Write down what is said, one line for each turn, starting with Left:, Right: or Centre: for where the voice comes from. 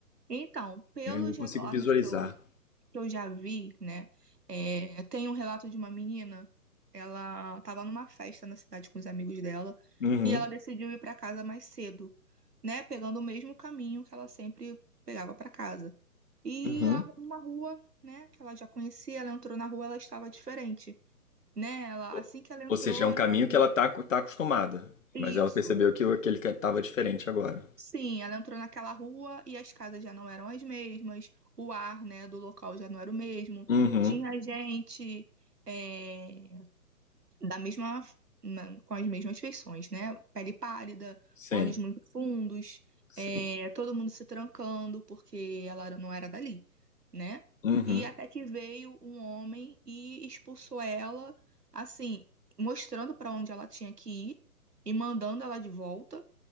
Right: Então, pelos
Left: eu não consigo
Right: relatos
Left: visualizar.
Right: que eu, que eu já vi, né? é, tem um relato de uma menina, ela estava numa festa na cidade com os amigos dela
Left: Uhum,
Right: e ela decidiu ir para casa mais cedo, né? Pegando o mesmo caminho que ela sempre pegava para casa. E
Left: uhum.
Right: a- uma rua, né, que ela já conhecia, ela entrou na rua, ela estava diferente, né? Ela,
Left: Ou
Right: assim que ela entrou,
Left: ou seja, é um caminho
Right: já viu
Left: que ela tá, tá acostumada,
Right: isso.
Left: mas ela percebeu que o- aquele que tava diferente agora.
Right: Sim, ela entrou naquela rua e as casas já não eram as mesmas, o ar, né, do local já não era o mesmo.
Left: Uhum,
Right: Tinha gente é, da mesma, na- com as mesmas feições, né? Pele pálida,
Left: sim,
Right: olhos muito fundos,
Left: sim.
Right: é, todo mundo se trancando porque ela era- não era dali, né?
Left: Uhum.
Right: E até que veio um homem e expulsou ela, assim, mostrando para onde ela tinha que ir e mandando ela de volta